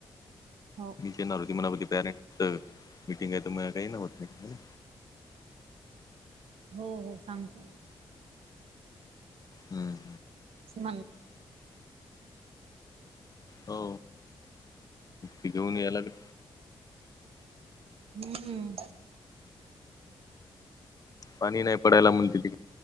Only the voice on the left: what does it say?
येणार होती म पॅरेंट मीटिंग आहे तर काही ना होत नाही.
हम्म
हो ते घेऊन या लागल.
पाणी नाही पडायला म्हणते तिकड.